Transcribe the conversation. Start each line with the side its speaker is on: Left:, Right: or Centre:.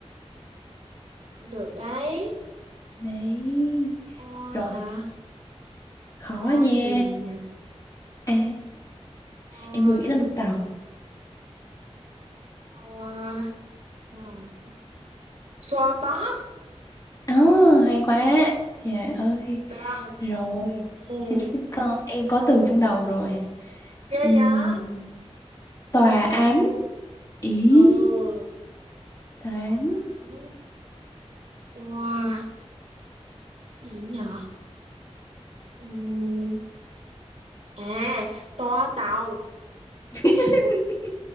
Right: cũng được đấy
Left: đấy
Right: hoa
Left: Rồi
Right: hả
Left: khó
Right: hoa
Left: nha
Right: gì nhỉ
Left: À
Right: hoa
Left: em vừa nghĩ ra một tàu
Right: hoa sao xoa bóp
Left: Ờ hay quá Trời ơi
Right: được không
Left: Rồi
Right: ừ
Left: Em sẽ có, em có từ trong đầu rồi
Right: ghê
Left: Ừm,
Right: vậy
Left: Tòa án Ý
Right: ừ
Left: Tòa
Right: tòa
Left: án
Right: án Wow, gì nhở Ừm, à toa tàu
Left: <laughs>